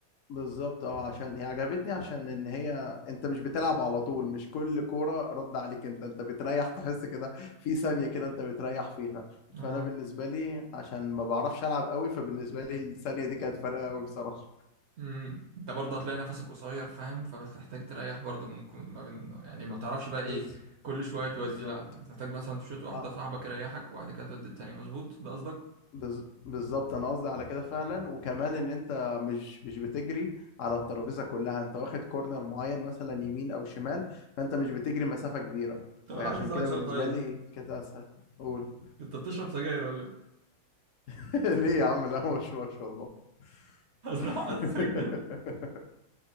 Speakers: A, on the left (about 65°); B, on the right (about 65°).
A: بالظبط اه عشان هي عجبتني عشان ان هي انت مش بتلعب على طول مش كل كوره رد عليك انت انت بتريح تحس كده في ثانيه كده انت بتريح فيها
B: اه
A: فانا بالنسبه لي عشان ما بعرفش العب قوي فبالنسبه لي الثانيه دي كانت فارقه قوي بصراحه
B: امم انت برضه هتلاقي نفسك قصير فاهم فبتحتاج تريح برضه ممكن ما بين يعني ما بتعرفش بقى ايه
A: بز...
B: كل شوية تودي
A: بالظبط
B: لا بتحتاج مثلا تشوت واحدة
A: اه
B: صاحبك يريحك وبعد كده تودي التانية مظبوط ده قصدك
A: بز... بالظبط انا قصدي على كده فعلا وكمان ان انت مش مش بتجري على الترابيزه كلها انت واخد كورنر معين مثلا يمين او شمال فانت مش بتجري مسافه كبيره
B: طب
A: فعشان
B: انا عايز اسألك
A: كده
B: سؤال
A: بالنسبه
B: طيب
A: لي كانت اسهل قول
B: انت بتشرب سجاير ولا إيه؟
A: <laughs> ليه يا عم لا ما بشربش والله
B: اصل
A: <laughs>
B: أنا حاسك <laughs> كده